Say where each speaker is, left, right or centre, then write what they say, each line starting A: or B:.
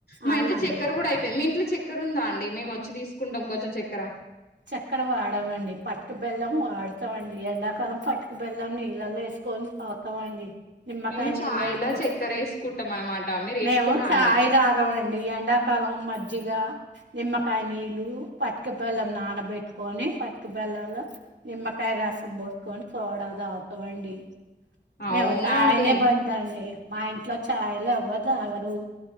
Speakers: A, on the left; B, on the right.
A: మా
B: అవునండి
A: ఇంట్లో చెక్కెర కూడా అయిపోయింది. మీ ఇంట్లో చెక్ చెక్కర ఉందా అండి మెమో వచ్చి తీసుకుంటాం కొంచెం చక్కర
B: చెక్కర వాడమండి పట్టు బెల్లం వాడుతాండి ఎండాకాలం పట్టు బెల్లం నీళ్ళల్లో వేసుకొని తాగుతామండి నిమ్మకాయ
A: మేము
B: నీళ్ళు
A: చాయ్లా
B: వేసు
A: చక్కెర వేసుకుంటాం అనమాట మీరు వేసుకోరా
B: మేము చాయ్
A: అండి
B: తాగమండి. ఎండాకాలం మజ్జిగ, నిమ్మకాయ, నీళ్ళు, పటిక బెల్లం నా నానపెట్టుకొని పటిక బెల్లం లో నిమ్మ కాయ రసం పోసుకొని సోడా తాగుతామండి. మేము
A: అవునా
B: చాయ్లె
A: అండి
B: బంద్ అండి. మా ఇంట్లో చాయ్ లు ఎవ్వరు తాగరు